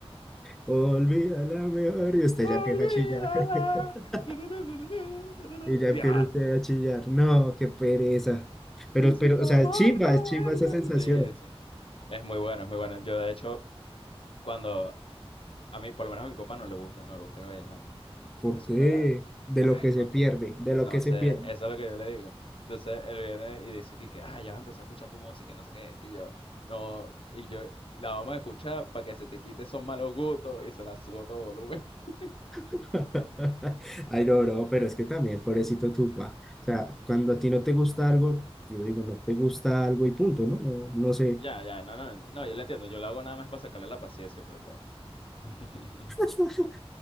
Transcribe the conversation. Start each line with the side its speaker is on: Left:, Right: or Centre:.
Centre: Olvídala mejor. Y usted
Left: Olvídala.
Centre: ya empieza a chillar. <laughs>
Left: Na, na, na, na, na, na, na,
Centre: Y
Left: na.
Centre: ya
Left: Dios.
Centre: empieza usted a chillar. No, qué pereza. Pero,
Left: Y si
Centre: pero,
Left: tu
Centre: o sea,
Left: amor
Centre: es chimba,
Left: no
Centre: es chimba
Left: vuelve.
Centre: esa sensación.
Left: Sí, sí. Es muy bueno, es muy bueno. Yo, de hecho, cuando a mí, por lo menos a mi papá no le gusta, no le gusta el vallenato.
Centre: ¿Por
Left: Entonces
Centre: qué?
Left: yo agarro.
Centre: De
Left: Ay,
Centre: lo que
Left: no,
Centre: se pierde, de lo
Left: No
Centre: que se
Left: sé,
Centre: pierde.
Left: eso es lo que yo le digo. Entonces él viene y dice aquí que, ah, ya vas a empezar a escuchar tu música, no sé qué. Y yo, no, y yo, la vamos a escuchar para que se te quite esos malos gustos y se la subo a todo volumen. <laughs>
Centre: <laughs> Ay, no, no, pero es que también, pobrecito Tupa. O sea, cuando a ti no te gusta algo, pues, yo digo, no te gusta algo y punto, ¿no? No, no sé.
Left: Ya, ya, no, no, no, no, yo lo entiendo. Yo lo hago nada más para sacarle la paciencia, pues, pa- <laughs>
Centre: <laughs>